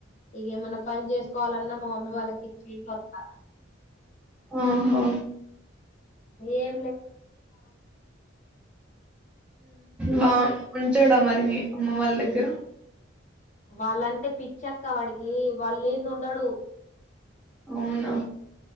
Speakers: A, on the left; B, in the centre.
A: ఇ ఏమన్నా పని చేస్త కోవాలన్నా మా మమ్మీ వాళ్ళకిచ్చసి వస్త
B: ఆహో
A: ఏం లే
B: బా ఉంటడా మరి మీ అమ్మ వాళ్ళ రా
A: వాళ్ళంటే పిచ్చక్క వాడికి వాళ్ళు లేనిది ఉండడు
B: అవునా